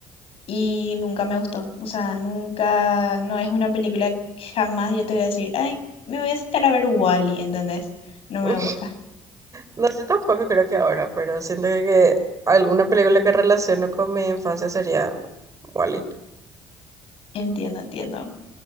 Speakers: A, on the left; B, on the right.
A: y nunca me gustó. O sea, nunca, no es una película que jamás yo te voy a decir, ay, me voy a sentar a ver Wall-E, ¿entendés? No me
B: <laughs>
A: gusta.
B: No, yo tampoco creo que ahora, pero siento que, que alguna película que relaciono con mi infancia sería Wally.
A: Entiendo, entiendo.